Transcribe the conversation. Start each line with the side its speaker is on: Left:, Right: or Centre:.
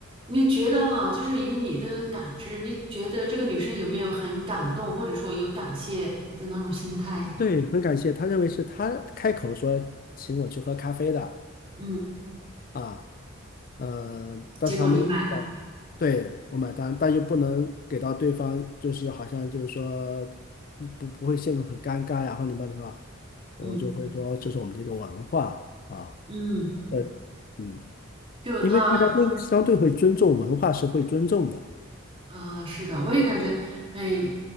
Right: 你觉得哈，就是以你的感知，你觉得这个女生有没有很感动，或者说有感谢的那种心态啊？哎
Left: 对，很感谢，他认为是他开口说请我去喝咖啡的
Right: 嗯，
Left: 啊，呃，但是他没有想到对，
Right: 结果你买了，
Left: 我买单，但又不能给到对方，就是好像就是说不不会陷入很尴尬呀，或者什么的话，我就会说这是我们的一个文化啊，
Right: 嗯嗯，
Left: 呃，嗯，
Right: 就她
Left: 因为大家都相对会尊重文化是会尊重的，
Right: 啊，是的，我也感觉，哎，